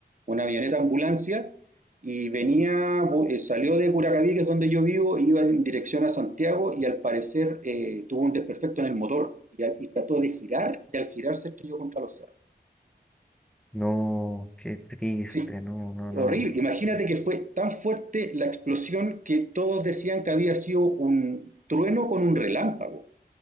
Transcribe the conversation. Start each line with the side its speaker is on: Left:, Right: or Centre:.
Right: una avioneta ambulancia y venía, bu- eh, salió de Curacaví, que es donde yo vivo, e iba en dirección a Santiago y al parecer eh, tuvo un desperfecto en el motor y, al- y trató de girar y al girar se estrelló contra los cerros.
Centre: No, qué triste,
Right: Sí,
Centre: no, no, no.
Right: horrible. Imagínate
Centre: Sí,
Right: que fue tan fuerte la explosión que todos decían que había sido un trueno con un relámpago.